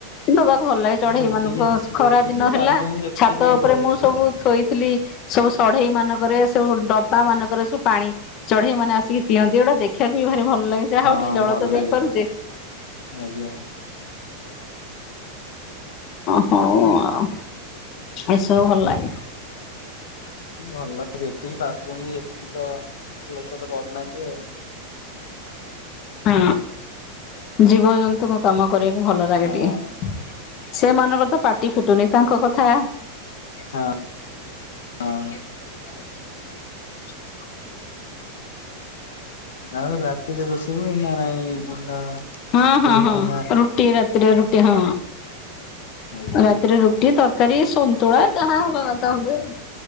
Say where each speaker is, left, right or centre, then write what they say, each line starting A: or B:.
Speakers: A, on the left; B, on the left.
A: ଦବାକୁ ଭଲ ଲାଗେ ଚଢେଇ
B: ଯେତିକି
A: ମାନଙ୍କୁ,
B: ଯେତିକି
A: ଖରା ଦିନ ହେଲା
B: ପାରୁଛନ୍ତି ସେତିକି
A: ଛାତ ଉପରେ ମୁଁ
B: ବହୁତ।
A: ସବୁ ଥୋଇଥିଲି ସବୁ ଷଢେଇ ମାନଙ୍କରେ ସବୁ ଡବା ମାନଙ୍କରେ ସବୁ ପାଣି ଚଢେଇ ମାନେ ଆସିକି ପିଅନ୍ତି, ଗୋଟା ଦେଖ <unintelligible> ଭାରି ଭଲ ଲାଗେ, ଯାହାହଉ
B: ହଁ
A: ଟିକେ ଜଳ
B: ଭଲ
A: ତ
B: ଲାଗେ
A: ଦେଇପାରୁଛେ।
B: ଆଜ୍ଞା।
A: ହଁ ଆଉ, ଏସବୁ ଭଲ ଲାଗେ।
B: ଭଲ ଯେତିକି ପାରୁଛନ୍ତି ସେତିକି ତ ଲୋକ ତ କରୁୁନାହାନ୍ତି ଆଉ।
A: ହଁ ଜୀବଜନ୍ତୁଙ୍କୁ କାମ କରିବାକୁ ଭଲ ଲାଗେ
B: ହଁ
A: ଟିକେ। ସେମାନଙ୍କର ତ ପାଟି ଫିଟୁନି ତାଙ୍କ କଥା
B: ହଁ। ହଁ। ଆଉ ରାତିରେ ବସେଇବ ନା ନାଇଁ ଦିନ
A: ହଁ ହଁ
B: ରୁଟି
A: ହଁ,
B: ନା
A: ରୁଟି ରାତିରେ ରୁଟି, ହଁ
B: ଆଜ୍ଞା
A: ରାତିରେ ରୁଟି, ତରକାର କରିଏ ସନତୁଳା କାହା ହବା କଥା ହୁଏ।